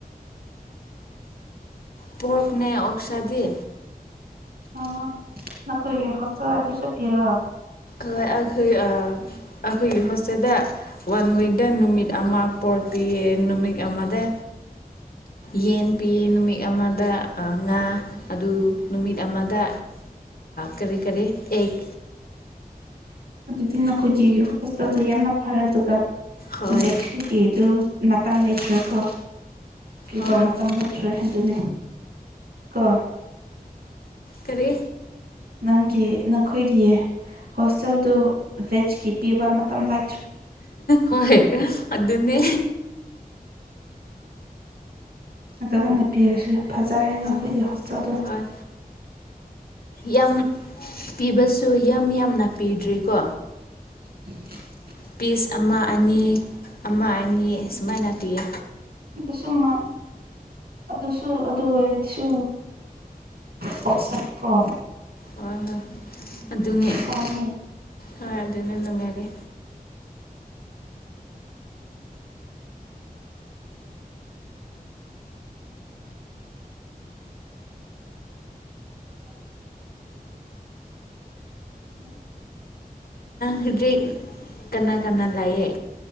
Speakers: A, on the left (about 70°); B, on the right (about 75°).
A: ꯄꯣꯔꯛꯅꯦ ꯑꯣꯁꯥꯗꯤ
B: ꯑꫭ ꯅꯈꫭꯏꯒꯤ ꯍꫭꯁꯇꯦꯜ ꯑꯗꯨꯁꯨ ꯄꯤꯔꯕ
A: ꯍꯣꯏ ꯑꯩꯈꯣꯏ ꯑꯩꯈꯣꯏꯒꯤ ꯍꯣꯁꯇꯦꯗ ꯋꯥꯟ ꯋꯤꯛ ꯗ ꯅꯨꯃꯤꯠ ꯑꯃ ꯄꯣꯔꯛ ꯄꯤꯌꯦ ꯅꯨꯃꯤꯛ ꯑꯃꯗ ꯌꯦꯟ ꯄꯤꯌꯦ ꯅꯨꯃꯤꯠ ꯑꯃꯗ ꯑ ꯉꯥ ꯑꯗꯨ ꯅꯨꯃꯤꯠ ꯑꯃꯗ ꯀꯔꯤ ꯀꯔꯤ ꯑꯦꯛ
B: ꯑꯗꯨꯗꯤ ꯅꯈꯣꯏꯒꯤ ꯍꯣꯁꯇꯦꯜꯗ ꯌꯥꯝꯅ ꯐꯔꯦ ꯑꯗꯨꯒ
A: ꯍꯣꯏ
B: ꯁꯒꯤꯗꯨ ꯃꯇꯝ ꯂꯩꯈꯤꯀꯣ ꯄꯤꯕ
A: ꯍꯣꯏ
B: ꯃꯇꯝ ꯂꯩꯇ꯭ꯔꯦ ꯑꯗꯨꯅꯤ ꯀꯣ
A: ꯀꯔꯤ
B: ꯅꯪꯒꯤ ꯅꯈꯣꯏꯒꯤ ꯍꯣꯁꯇꯦꯜꯗꯨ ꯚꯦꯖꯀꯤ ꯄꯤꯕ ꯃꯇꯝ ꯂ
A: ꯍꯣꯏ ꯑꯗꯨꯗꯅꯦ
B: ꯑ ꯆꯃꯅ ꯄꯤꯔꯁꯨ ꯐꯖꯔꯦ
A: ꯍꯣꯏ
B: ꯅꯈꯣꯏꯒꯤ ꯍꯣꯁꯇꯦꯜꯗꯣ
A: ꯍꯣꯏ ꯌꯥꯝ ꯄꯤꯕ ꯁꯨ ꯌꯥꯝ ꯌꯥꯝꯅ ꯄꯤꯗ꯭ꯔꯤꯀꯣ
B: <unintelligible> <inaudible>
A: ꯄꯤꯁ ꯑꯃ ꯑꯅꯤ ꯑꯃ ꯑꯅꯤ ꯁꯨꯃꯥꯏꯅ ꯄꯤꯌꯦ
B: ꯑꯗꯨꯁꯨ ꯑꯗꯨꯁꯨ ꯑꯗꯨ ꯑꯣꯏꯔꯗꯤꯁꯨ ꯄꯁ ꯀꯣ
A: ꯍꯣꯏ ꯍꯣꯏ ꯑꯗꯨꯅꯦ
B: ꯁꯥꯅꯤ
A: ꯍ ꯑꯗꯨ ꯑꯗꯨꯅ ꯑꯗꯨ ꯃꯔꯦ
B: ꯑ ꯎꯝ
A: ꯍꯧꯖꯤꯛ ꯀꯅꯥ ꯀꯅꯥ ꯂꯥꯏꯌꯦ